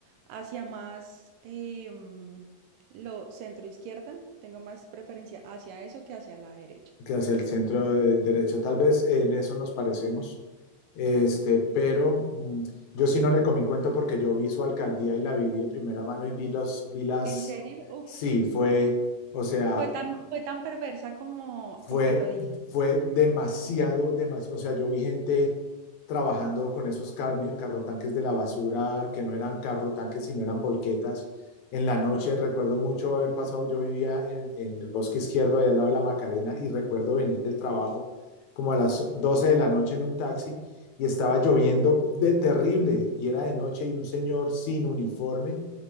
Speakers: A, on the right (about 80°); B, on the left (about 65°).
A: hacia más eh, mm, lo centro izquierda, tengo más preferencia hacia eso que hacia la derecha.
B: que hacia el centro de derecho. Tal vez en eso nos parecemos, este, pero mm, yo sí no le comí cuento porque yo vi su alcaldía y la viví de primera mano y vi, los, vi las,
A: ¿En serio? Uf,
B: sí, fue, o sea,
A: fue tan, fue tan perversa como,
B: fue,
A: como lo dicen.
B: fue demasiado, demasiado, o sea, yo vi gente trabajando con esos car carrotanques de la basura, que no eran carrotanques, sino eran volquetas. En la
A: Ajá,
B: noche recuerdo mucho haber pasado, yo vivía en, en el bosque izquierdo, allá al lado de la Macarena, y recuerdo venir del trabajo como a las 12 de la noche en un taxi y estaba lloviendo de terrible y era de noche y un señor sin uniforme